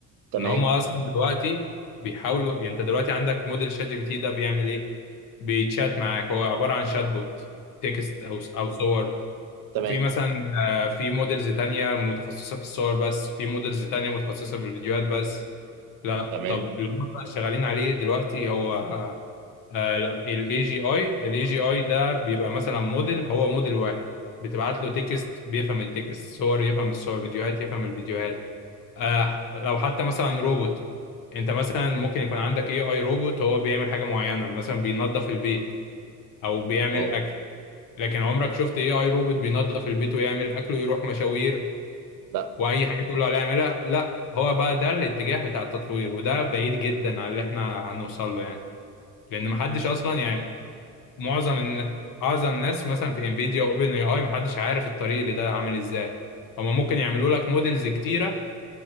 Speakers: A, on the right; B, on the left.
A: تمام
B: ان هم اصلا دلوقتي بيحاولوا يعني انت دلوقتي عندك موديل شات جي بي تي ده بيعمل ايه بيتشات معاك هو عباره عن شات بوت تكست او او صور
A: تمام
B: في مثلا آه، في موديلز تانية متخصصة في الصور بس في موديلز تانية متخصصة في الفيديوهات بس لا
A: تمام
B: طب اللي هم بقى شغالين عليه دلوقتي هو آه لا الاي جي اي الاي جي اي ده بيبقى مثلا موديل هو موديل واحد بتبعت له تكست بيفهم التكست صور يفهم الصور فيديوهات يفهم الفيديوهات آه لو حتى مثلا روبوت انت مثلا ممكن يكون عندك اي اي روبوت هو بيعمل حاجه معينه مثلا بينظف البيت او بيعمل
A: واو
B: اكل لكن عمرك شفت اي اي روبوت بينظف البيت ويعمل اكل ويروح مشاوير
A: لا
B: واي حاجه تقول له عليها يعملها لا هو بقى ده الاتجاه بتاع التطوير وده بعيد جدا عن اللي احنا هنوصل له يعني لان محدش اصلا يعني معظم الن- اعظم ناس مثلا في انفيديا واوبن اي اي محدش عارف الطريق اللي ده عامل ازاي هما ممكن يعملوا لك موديلز كتيره